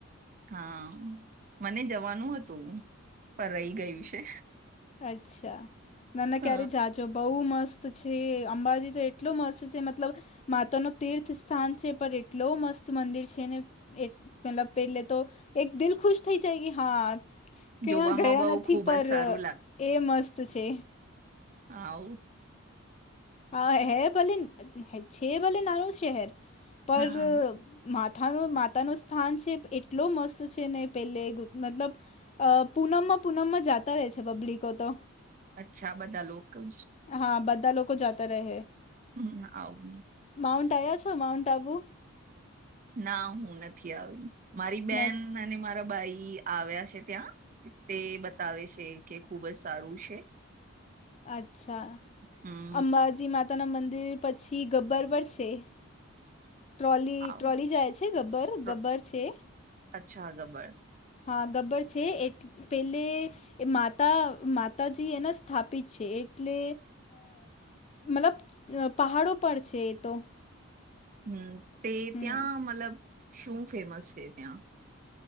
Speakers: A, on the right (about 40°); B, on the left (about 30°).
A: હા મને જવાનું હતું પર રહી ગયું છે.
B: અચ્છા ના ના
A: હ
B: ક્યારે જાજો બહુ મસ્ત છે અંબાજી તો એટલોું મસ્ત છે મતલબ માતા ન તીર્થ સ્થાન છે પણ એટલ મસ્ત મંદિર છેને. મતલબ પેલે તો એક દિલ ખુશ થઈ જાય કે હા કયા
A: જોવામાં
B: ગયા
A: બઉ
B: નથી
A: ખુબ
B: પર
A: જ સારું
B: એ મસ્ત છે.
A: હવ
B: હા હે ભલે છે, ભલે નાનુંશહેર પર
A: હા
B: માથાનો માતા ન સ્થાન છે એટલો મસ્ત છે, ને પેલે મતલબ અ પૂનમમાં પૂનમમાં જાતા રહે છે પબ્લિકો તો
A: અચ્છા બધા લોકો જ
B: હા બધા લોકો જતા રહે
A: હમ, આવું
B: માઉન્ટ આવયા છો માઉન્ટ આબુ
A: ના હું નથી આવી મારી બેન
B: મેસ
A: અને મારી બાઈ આવ્યા છે ત્યાં તે બતાવે છે કે ખુબ જ સારું છે
B: અચ્છા
A: હમ
B: અંબાજી માતાના મંદિર પછી ગબ્બર પર છે. ટ્રોલી
A: આવું
B: ટ્રોલી જાય છે ગબ્બર
A: પ્ર-
B: ગબ્બર છે.
A: અચ્છા ગબર
B: હા ગબ્ર છે એ પેલે માતા માતાજી એના સ્થાપિત છે, એ એટલે મતલબ પહાડો પર છે, એ તો
A: હમ્મ તે
B: હમ
A: ત્યાં મતલબ શું ફેમસ છે ત્યાં